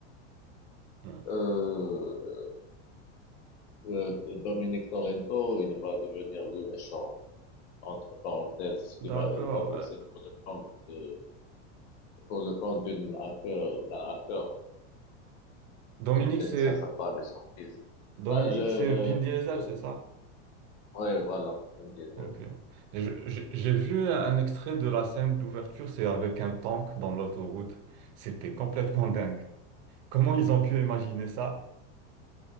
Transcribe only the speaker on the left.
euh, euh, Dominic Torrento, il va devenir le méchant, entre parenthèses,
il va, il va bosser
pour le compte, euh, pour le compte d'une hacker, d'un hacker
qui détient
sa femme et son fils.
Ah, je, euh,
euh,
ouais, voilà, Vin Diesel.